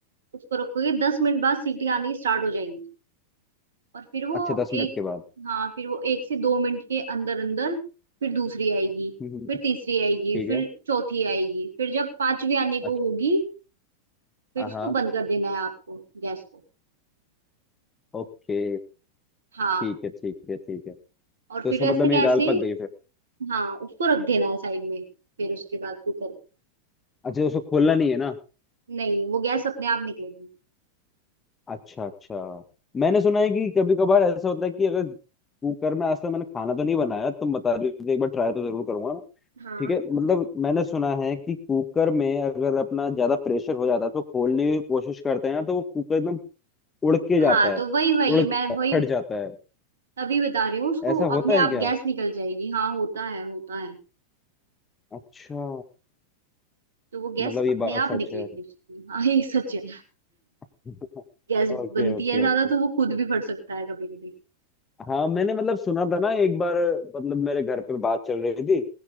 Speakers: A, on the right (about 65°); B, on the left (about 15°).
A: उसको रखोगे दस मिनट बाद सीटी आनी स्टार्ट हो जाएंगी और फिर वो
B: अच्छा दस
A: एक
B: मिनट के बाद
A: हाँ फिर वो एक से दो मिनट के अंदर अंदर फिर दूसरी आएगी
B: हम्म,
A: फिर तीसरी आएगी
B: ठीक
A: फिर
B: है
A: चौथी आएगी फिर जब पांचवी आने को
B: अच्छा
A: होगी फिर
B: हाँ
A: उसको बंद कर देना है आपको गैस को
B: ओके
A: हाँ
B: ठीक है ठीक है ठीक है तो
A: और फिर
B: इसका
A: ऐसे
B: मतलब
A: कैसे
B: मेरी दाल पक गई फिर
A: हाँ उसको रख देना है साइड में फिर उसके बाद कुकर को
B: अच्छा तो उसको खोलना नहीं है ना
A: नहीं वो गैस अपने आप निकलेगी
B: अच्छा अच्छा मैंने सुना है कि कभी कभार ऐसा होता है कि अगर कुकर में आज तक मैंने खाना तो नहीं बनाया तुम बता रही हो तो एक बार ट्राई तो जरूर करूंगा मैं
A: हाँ
B: ठीक है मतलब मैंने सुना है कि कुकर में अगर अपना ज्यादा प्रेशर हो जाता है तो खोलने की कोशिश करते हैं ना तो वो कुकर एकदम उड़ के जाता
A: हाँ
B: है
A: तो वही वही
B: उड़ जाता
A: मैं
B: है,
A: वही
B: फट जाता है
A: तभी बता रही हूँ उसको
B: ऐसा होता
A: अपने
B: है
A: आप
B: क्या
A: गैस निकल जाएगी हाँ होता है होता है
B: अच्छा
A: तो वो गैस
B: मतलब ये
A: अपने
B: बात
A: आप
B: सच
A: निकलेगी
B: है
A: उसकी हाँ ये सच है
B: <laughs>
A: गैस
B: Okay
A: बनती
B: okay
A: है ज्यादा
B: okay
A: तो वो खुद भी फट सकता है कभी कभी
B: हाँ मैंने मतलब सुना था ना एक बार मतलब मेरे घर पे बात चल रही थी